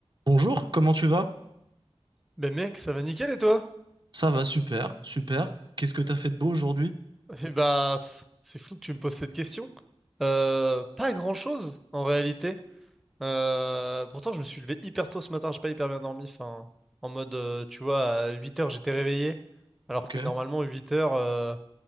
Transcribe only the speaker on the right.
Bonjour, comment tu vas?
Ça va, super, super. Qu'est-ce que t'as fait de beau aujourd'hui?
Ok,